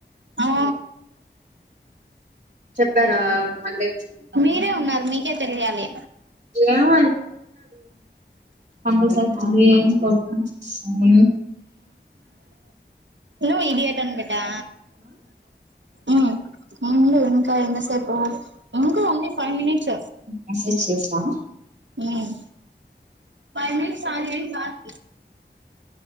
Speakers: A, on the right; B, on the right.
A: ఆ
B: చెప్పారా మండే నుంచ్
A: మీరే ఉన్నారు మీకే తెలియాలి
B: ఏమో అసలు ఏం క్యూస్షన్స్ చూసుకోలే
A: నువ్వు ఇడియట్ అని పెట్టా ఊ ఉండు ఇంకా ఎంత సేపు ఇంకా ఉంది ఫైవ్ మినిట్స్
B: మెసేజ్ చేసా
A: ఉమ్ పైవ్ మినిట్స్ ఆగు ఏం కాదు.